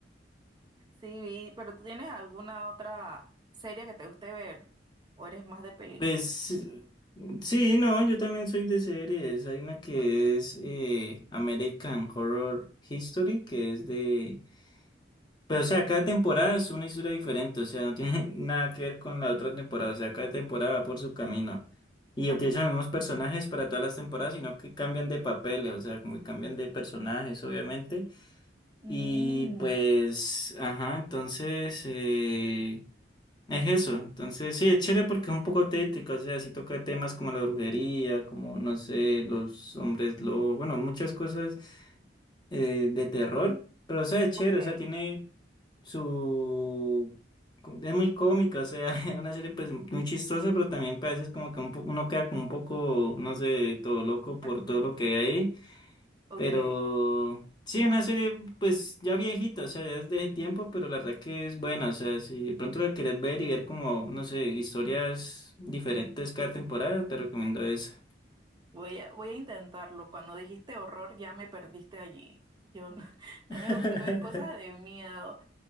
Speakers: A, on the right; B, on the left.
A: sí, vi, pero ¿tú tienes alguna otra serie que te guste ver? ¿O eres más de película?
B: Pues eh, sí, no, yo también soy de series. Hay una que
A: Ok,
B: es eh, American Horror History, que es de... Pero o sea, cada temporada es una historia diferente, o sea, no tiene <laughs> nada que ver con la otra temporada, o sea, cada temporada va por su camino. Y
A: ok,
B: utilizan los mismos personajes para todas las temporadas, sino que cambian de papeles, o sea, como que cambian de personajes, obviamente.
A: mm,
B: Y pues, ajá, entonces... eh, es eso, entonces sí, es chévere porque es un poco tétrico, o sea, sí toca temas como la brujería, como no sé, los hombres lobo, bueno, muchas cosas eh, de terror, pero o sea, es chévere,
A: ok,
B: o sea, tiene su... es muy cómica, o sea, <laughs> es una serie pues muy chistosa, pero también pues, a veces como que un po- uno queda como un poco, no sé, todo loco por
A: ah,
B: todo lo que hay
A: ok,
B: pero sí, una serie pues ya viejita, o sea, ya es de ese tiempo, pero la verdad que es buena, o sea, si de pronto la querés ver y ver como, no sé, historias diferentes cada temporada, te recomiendo esa.
A: voy a, voy a intentarlo. Cuando dijiste horror ya me perdiste allí. Yo no, <laughs> no
B: <laughs>
A: me gusta ver cosas de miedo.